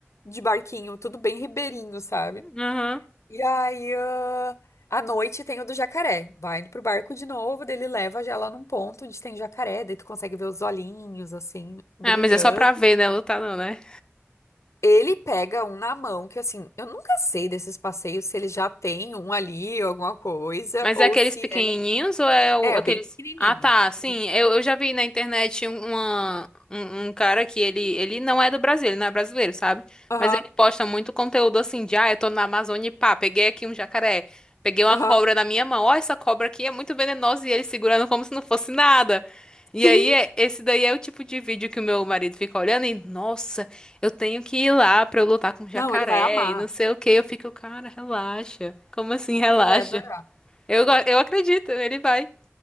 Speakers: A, on the left; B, on the left.
A: de barquinho, tudo bem ribeirinho, sabe?
B: Aham.
A: E aí, ah, à noite tem o do jacaré. Vai pro barco de novo, daí ele leva já lá num ponto onde tem jacaré, daí tu consegue ver os olhinhos, assim, brilhando.
B: Ah, mas é só pra ver, né? Lutar não, né?
A: Ele pega um na mão, que assim, eu nunca sei desses passeios se ele já tem um ali, alguma coisa,
B: Mas
A: ou
B: é aqueles
A: se
B: pequenininhos
A: é.
B: ou é o- aqueles...
A: É, bem pequenininho.
B: Ah, tá, sim.
A: Bem pequenininho.
B: Eu, eu já vi na internet um, uma, um, um cara que ele, ele não é do Brasil, ele não é brasileiro, sabe?
A: Aham,
B: Mas ele posta muito conteúdo assim de, ah, eu tô na Amazônia e pá, peguei aqui um jacaré, peguei uma
A: aham.
B: cobra na minha mão, ó, essa cobra aqui é muito venenosa e ele segurando como se não fosse nada. E
A: Sim!
B: aí, é- esse daí é o tipo de vídeo que o meu marido fica olhando e, nossa, eu tenho que ir lá pra eu lutar com o jacaré
A: Não, ele vai amar.
B: e não sei o que Eu fico, cara, relaxa. Como assim, relaxa?
A: Ele vai adorar.
B: Eu, go- eu acredito, ele vai.